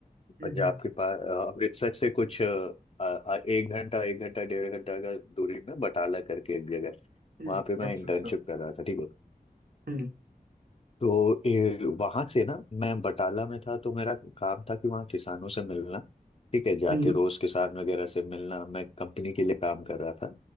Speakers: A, on the right; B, on the left.
A: हम्म
B: पंजाब
A: हम्म
B: के पास अ, अमृतसर से कुछ अ, अ, एक घंटा एक घंटा डेढ़ घंटा का दूरी में बटाला करके एक जगह
A: हम्म,
B: वहां पे मैं
A: अच्छा
B: इंटर्नशिप
A: अच्छा
B: कर रहा था ठीक है
A: हम्म
B: तो ए, वहां से ना मैं बटाला में था तो मेरा काम था कि वहाँ किसानों से मिलना ठीक है जाके
A: हम्म
B: रोज किसान वगैरह से मिलना मैं कंपनी के लिए काम कर रहा था